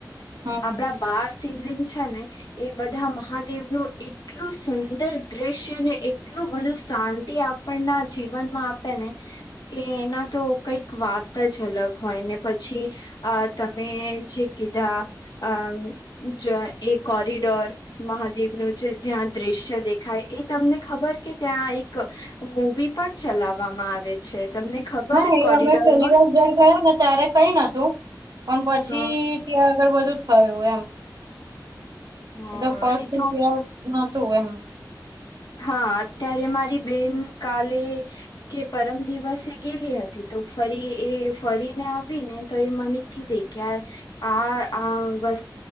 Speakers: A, on the right; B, on the left.
A: હમ
B: આપણા બાર શિવલિંગ છે ને એ બધા મહાદેવનું એક એટલું સુંદર દ્રશ્ય ને એટલું બધું શાંતિ આપણના જીવનમાં આપે ને કે એના તો કઈક વાત જ અલગ હોય ને પછી અ તમે જે કીધા. અ જો એ કોરિડોર મહ દેવનું જે જ્યાં દ્રશ્ય દેખાય એ તમને ખબર કે ત્યાં એક. મૂવી પણ ચલાવવામાં આવે છે તમને ખબર
A: હા એ
B: કોરિડોરમાં
A: અમે પેલી વાર જ્યાર ગયા ને ત્યારે કઈ ન હતું પણ પછી.
B: હ
A: ત્યાં આગળ બધું થયું એમ.
B: હ
A: એ તો ફર્સ્ટ
B: તો
A: કેર ના તોય નહતુ એમ.
B: હા અત્યારે મારી બેન કાલે કે પરમ દિવસે એ ગેલી હતી તો ફરી એ ફરીને આવીને તો એ મને કીદી દેખ્યા. આ વ